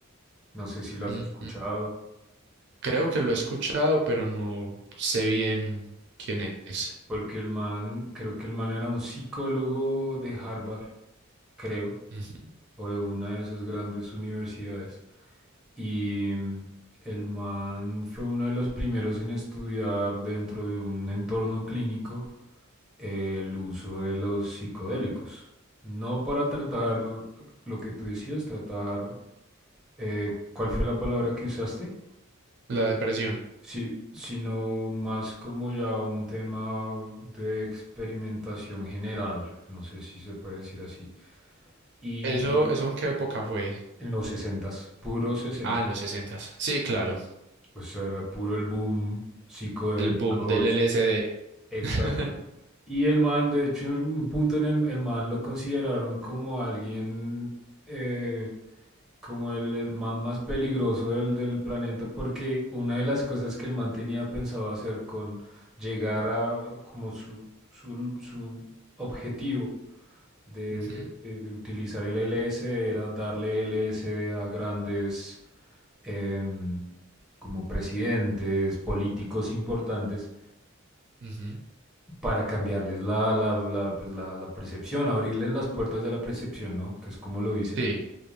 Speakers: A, in the centre; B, on the right.
A: No sé si lo has
B: Mm,
A: escuchado.
B: mm. Creo que lo he escuchado, pero no sé bien quién es.
A: Porque el man, creo que el man era un psicólogo de Harvard, creo,
B: Ujú.
A: o de una de esas grandes universidades. Y mm, el man fue uno de los primeros en estudiar dentro de un entorno clínico eh, el uso de los psicodélicos. No para tratar lo que tú decías, tratar, eh, ¿cuál fue la palabra que usaste?
B: La depresión.
A: Sí, sino más como ya un tema de experimentación general, no sé si se puede decir así. Y
B: ¿Eso, eso en qué época fue?
A: en los sesentas, puro 60.
B: Ah, en los sesentas. Sí, claro,
A: o sea, era puro el boom psicodélico,
B: el boom del LSD.
A: Exacto.
B: <laughs>
A: Y el man, de hecho, en un punto en el, el man lo consideraron como alguien, eh, como el, el man más peligroso del, del planeta, porque una de las cosas que el man tenía pensado hacer con llegar a como su, su, su objetivo de,
B: Ujú,
A: de- de utilizar el LSD era darle LSD a grandes em, como presidentes, políticos importantes
B: ujú.
A: para cambiarles la, la, la, pues, la, la percepción, abrirles las puertas de la percepción, ¿no? Que es como lo dicen.
B: Sí,